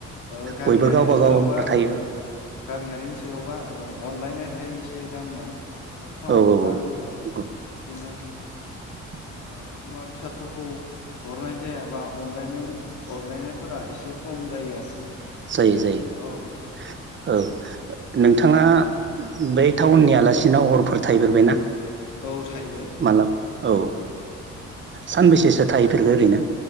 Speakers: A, on the left; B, on the right.
A: ओ गामियारि
B: बयबो गावबा
A: ओनसोलावबा
B: गाव थायो
A: औ। गामियारि ओनसोलावबा ओ अनलायनाय थायो एसे गामियाव। ओ टाउनावबा
B: औ
A: ओ
B: औ
A: बिदिनो।
B: <unintelligible>
A: ओ मुवा बेसादफोरखौ हरनाय जाया बा अनलायनाय अनलायनायफोरा एसे खम जायो आरोखि।
B: जायो जायो
A: औ
B: औ नों नोंथाङा बै टाउननि आलासिनाव हरफोर थाहैफेरबायना?
A: औ थाहैबाय
B: मालाब औ सानबैसेसो थाहैफेरगो ओरैनो।